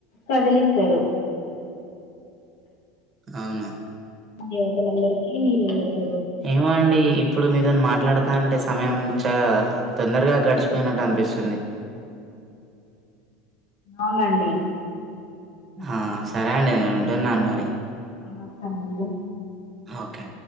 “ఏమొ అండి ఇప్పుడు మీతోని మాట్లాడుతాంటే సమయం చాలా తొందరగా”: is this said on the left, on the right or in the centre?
Right